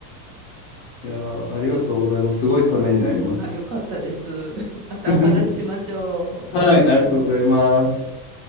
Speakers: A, on the left; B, on the right.
A: いやー、ありがとうございます。すごいためになります。
B: あ、よかったです。<laughs> またお話ししましょう。
A: <laughs> はい、ありがとうございます。